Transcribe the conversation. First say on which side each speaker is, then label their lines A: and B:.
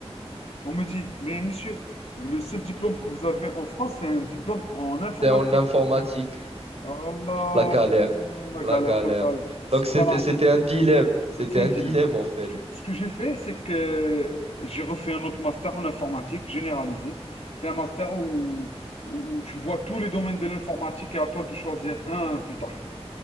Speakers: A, on the left; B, on the right.
A: On me dit, mais monsieur, le seul diplôme que vous avez en France, c'est un diplôme en informatique.
B: T'es en informatique.
A: Ah là,
B: La galère.
A: la
B: La
A: galère
B: galère.
A: totale. C'est-
B: Donc c'était
A: Voilà.
B: c'était un dilemme. C'était
A: C'est
B: un
A: un dilemme.
B: dilemme en fait.
A: Ce que, ce que j'ai fait, c'est que j'ai refait un autre master en informatique généralisé. C'est un master où, où tu vois tous les domaines de l'informatique et à toi de choisir un plus tard.